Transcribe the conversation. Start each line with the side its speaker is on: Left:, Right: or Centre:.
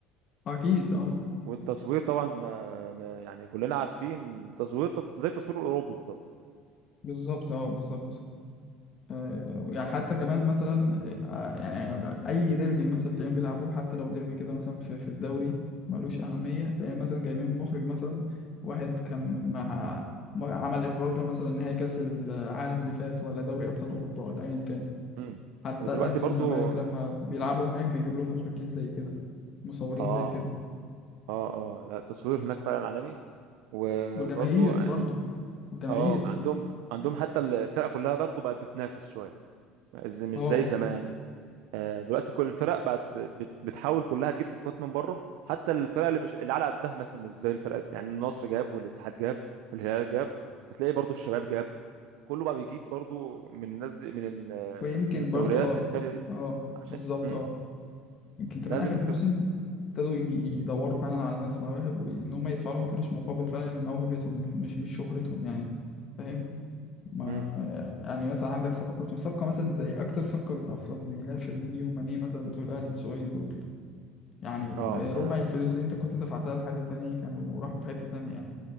Left: اكيد اه
Right: والتصوير طبعا آه، م- يعني كلنا عارفين تصوير تص- زي التصوير الاوروبي بالظبط
Left: بالظبط اه بالظبط آه، يعني حتى كمان مثلا آه، يعني اي ديربي مثلا تلاقيهم بيلعبوه حتى لو ديربي كده مثلا في, في الدوري ملوش اهميه تلاقيهم مثلا جايبين مخرج مثلا واحد كان مع مع- عمل اخراج مثلا نهائي كاس العالم اللي فات ولا دوري ابطال اوروبا ولا ايا كان
Right: امم
Left: حتى
Right: ودلوقتي
Left: الاهلي
Right: برضو
Left: والزمالك لما بيلعبوا هناك بيجيب لهم مخرجين زي كده مصورين
Right: اه
Left: زي كده
Right: اه اه لا التصوير هناك فعلا عالمي وبرضو
Left: والجماهير برضو والجماهير
Right: اه عندهم عندهم حتى الفرق كلها برضو بقت بتنافس شويه ز- مش
Left: اه
Right: زي زمان آه دلوقتي كل الفرق بقت بت- بتحاول كلها تجيب صفقات من بره حتى الفرق اللي مش اللي على قدها مثلا مش زي الفرق يعني النصر جاب والاتحاد جاب والهلال جاب هتلاقي برضو الشباب جاب كله بقى بيجيب برضو من الناس من ال-
Left: ويمكن
Right: من الدوريات
Left: برضو اه
Right: التانية دي
Left: اه
Right: عشان
Left: بالظبط
Right: مم.
Left: اه يمكن كمان
Right: لازم
Left: آخر
Right: الفرق
Left: موسم ابتدوا يدوروا فعلا على ناس مواهب وإن هم يدفعوا لهم فلوس مقابل فعلا موهبتهم مش مش مش شهرتهم يعني فاهم ما
Right: مم.
Left: يعني مثلا عندك صفقات من صفقة مثلا زي أكتر صفقة بتعصبني لا فيرمينيو وماني مثلا بتوع الأهلي السعودي دول يعني
Right: اه
Left: بربع
Right: ما
Left: الفلوس دي أنت كنت دفعتها لحد تاني كانوا راحوا في حتة تانية يعني